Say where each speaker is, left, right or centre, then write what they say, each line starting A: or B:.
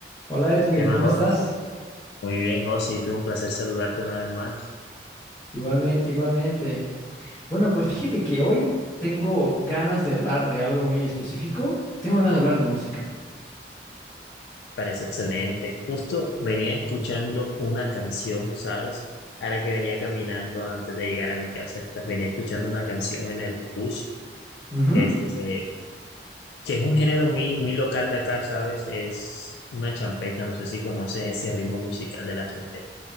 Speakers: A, on the left; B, on the left.
A: Hola Edwin,
B: ¿Qué más,
A: ¿cómo
B: Jos?
A: estás?
B: Muy bien, José, y tú un placer saludarte una vez más.
A: Igualmente, igualmente. Bueno, pues fíjate que hoy tengo ganas de hablar de algo muy específico. Tengo ganas de hablar de música.
B: Parece excelente. Justo venía escuchando una canción, ¿sabes? Ahora que venía caminando antes de llegar a mi casa, esta- venía escuchando una canción en el bus,
A: Ujú.
B: este, que es un género muy, muy local de acá, ¿sabes? Es una champeta, no sé si conoces ese ritmo musical de la champeta.